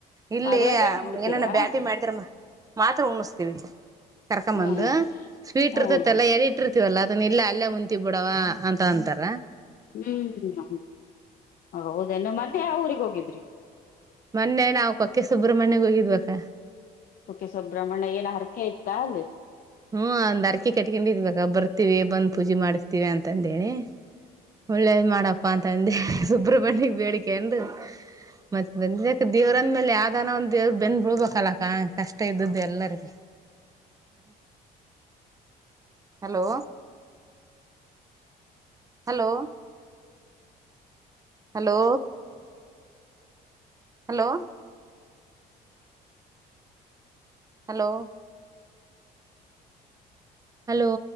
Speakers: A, on the right; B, on the left.
A: ಇಲ್ಲಿ
B: ಅದ್ರಾಗ ಇಟ್ ಬಿಡ್ತೀರಾ
A: ಏನಾನ ಬ್ಯಾಟಿ ಮಾಡಿದ್ರ ಮಾತ್ರ ಉಣ್ಣುಸ್ತೀವಿ. ಕರ್ಕೊಂಬಂದು
B: ಹ್ಮ್
A: ಸ್ವೀಟ್
B: ಹ್ಮ್
A: ಇರ್ತಿತಲ್ಲ ಎಲಿ ಇಟ್ಟಿರ್ತೀವಲ್ಲ. ಅದನ್ ಇಲ್ಲ ಅಲ್ಲೇ ಉಣ್ತೀವ್ ಬಿಡವಾ ಅಂತ ಅಂತಾರೆ.
B: ಹ್ಮ್ <unintelligible> ಹೌದೇನು ಮೊನ್ನೆ ಯಾವ್ ಊರಿಗ್ ಹೋಗಿದ್ರಿ.
A: ಮೊನ್ನೆ ನಾವು ಕೊಕ್ಕೆ ಸುಬ್ರ್ಮಣ್ಯಗ್ ಹೋಗಿದ್ವಕ್ಕ.
B: ಕುಕ್ಕೆ ಸುಬ್ರಹ್ಮಣ್ಯ ಏನ್ ಹರಕೆ ಇತ್ತ ಅಲ್ಲಿ.
A: ಹ್ಮ ಒಂದ್ ಅರ್ಕಿ ಕಟ್ಕೊಂಡಿದ್ವಕ್ಕ ಬರ್ತೀವಿ ಬಂದ್ ಪೂಜೆ ಮಾಡಸ್ತೀವಿ ಅಂತಂದೇಳಿ. ಒಳ್ಳೇದ್ ಮಾಡಪ್ಪಾ ಅಂತ ಅಂದಿ ಸುಬ್ರ್ಮಣ್ಯಗ್ ಬೇಡ್ಕಂಡು. ಮತ್ ಬಂದ್ವಿ ಅಕ್ಕ ದೇವ್ರಂದ್ ಮೇಲೆ ಯಾವ್ದಾನ ಒಂದ ದೇವ್ರ್ ಬೆನ್ ಬಿಳ್ಬೇಕಲ್ಲಕ್ಕ ಕಷ್ಟ ಇದ್ದದ್ದು ಎಲ್ಲರಿಗ. ಹಣ hello hello hello hello hello hello